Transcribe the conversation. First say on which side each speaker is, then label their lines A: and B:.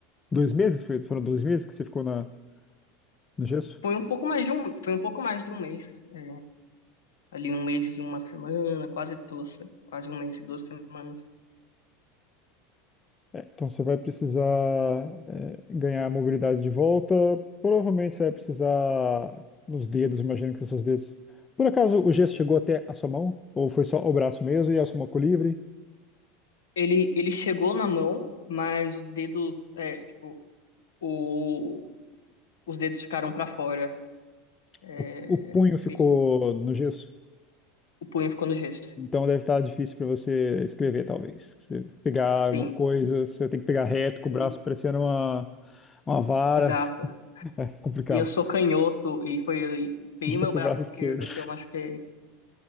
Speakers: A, on the left; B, on the left.
A: dois meses? Foi- Foram dois meses que você ficou na no gesso?
B: Foi um pouco mais de um, foi um pouco mais de um mês. é, ali um mês e uma semana, quase duas, quase um mês e duas semanas.
A: É, então você vai precisar é, ganhar a mobilidade de volta. Provavelmente você vai precisar nos dedos, imagino que são seus dedos. Por acaso o gesso chegou até a sua mão? Ou foi só o braço mesmo e a sua mão ficou livre?
B: Ele, ele chegou na mão, mas os dedos, é, tipo, o, os dedos ficaram pra fora. É,
A: O, o punho
B: enfim,
A: ficou no gesso?
B: o punho ficou no gesso.
A: Então deve estar difícil para você escrever, talvez. Você pegar alguma
B: Sim,
A: coisa, você tem que pegar reto com
B: e-
A: o braço parecendo uma, uma vara.
B: exato.
A: <laughs> É complicado.
B: E eu sou canhoto e foi bem
A: Justo
B: meu braço
A: o braço
B: esquerdo
A: esquerdo.
B: que eu machuquei.